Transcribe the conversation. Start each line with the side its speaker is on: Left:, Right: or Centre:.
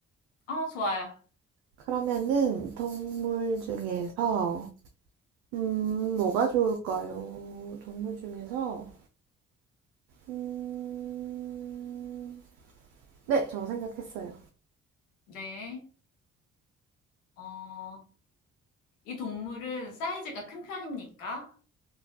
Left: 어, 좋아요.
Right: 그러면은 동물 중에서 음, 뭐가 좋을까요? 동물 중에서 음, 네, 저 생각했어요.
Left: 네. 어, 이 동물은 사이즈가 큰 편입니까?